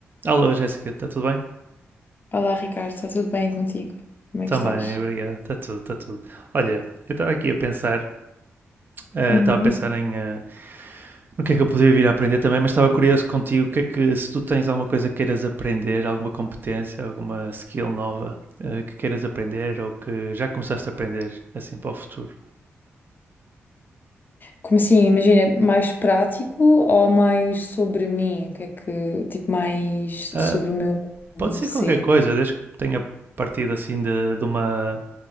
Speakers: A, on the right; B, on the left.
A: Alô, Jéssica, está tudo bem?
B: Olá, Ricardo, está tudo bem contigo? Como
A: Também,
B: é que estás?
A: obrigado. Está tudo, está tudo. Olha, eu estava aqui a pensar, eh,
B: Uhum.
A: estava a pensar em eh, no que é que eu poderia vir a aprender também, mas estava curioso contigo, o que é que se tu tens alguma coisa que queiras aprender, alguma competência, alguma skill nova eh, que queiras aprender ou que já começaste a aprender assim para o futuro?
B: Como assim, imagina, mais prático ou mais sobre mim? O que é que, tipo, mais
A: Ah,
B: sobre o meu
A: pode ser
B: ser?
A: qualquer coisa, desde que tenha partido assim de, de uma